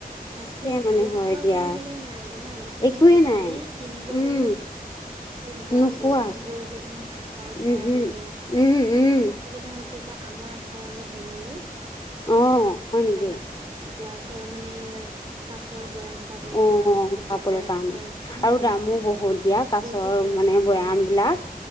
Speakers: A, on the right (about 35°); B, on the left (about 30°).
A: তাকে
B: কে মানে
A: গ্লাছৰ
B: হয় দিয়া
A: বুলিবলে নাই জানা। দোকানত
B: একোৱে
A: বিচাৰি
B: নাই
A: কিনিব
B: উম
A: গ'লেও বোৱা
B: নোপোৱা
A: বয়াম বোৰ যে তুমি আচাৰ ভৰাবলে
B: উমহো উম উম
A: অসুবিধা হয়। পিছে আমৰ আচাৰ অলপ বনালো কিন্তু
B: অ
A: এতিয়া তোমাৰ
B: হয় নেকি
A: জনা গ্লাছ। মানে এয়া কাছৰ পাবলে
B: অ'
A: তোমাৰ বহুত দিগদাৰ
B: পাবলেতান
A: এতিয়া উম
B: আৰু দামো বহুত দিয়া কাছৰ
A: বহুত দাম
B: মানে বয়াম। বিলাক,